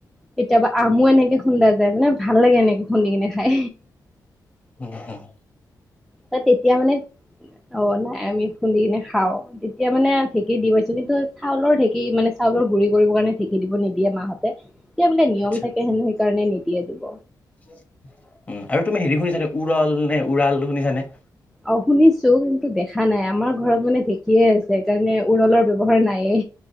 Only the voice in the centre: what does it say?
কেতিয়াবা আমো এনেকে খুন্দা যায়, মানে ভাল লাগে, এনেকে খুন্দি কিনে খাই।
ত', তেতিয়া মানে অ, নাই। আমি খুন্দি কিনে খাওঁ। তেতিয়া মানে ঢেঁকী দি পাইছো। কিন্তু চাউলৰ ঢেঁকী মানে চাউলৰ গুৰি কৰিবৰ কাৰণে ঢেঁকী দিব নিদিয়ে মাহঁতে কিবা বোলে। নিয়ম
থাকে সেনো সেই কাৰণে নিদিয়ে দিব
অ', শুনিছো। কিন্তু দেখা নাই। আমাৰ ঘৰত মানে ঢেঁকীয়ে আছে। সেইকাৰণে উৰলৰ ব্যৱস্থা ঘৰত নাইয়ে।